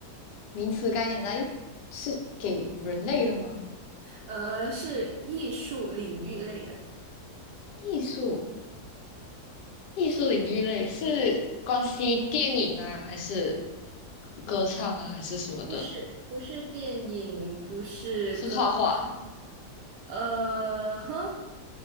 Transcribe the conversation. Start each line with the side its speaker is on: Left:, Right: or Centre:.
Left: 名词概念来是给人类的吗？
Right: 呃，是艺术领域类的，
Left: 艺术，艺术领域类是关系电影啊，还是歌唱啊，还是什么的？
Right: 不是不是电影，不是歌唱
Left: 是画画？
Right: 呃，哼，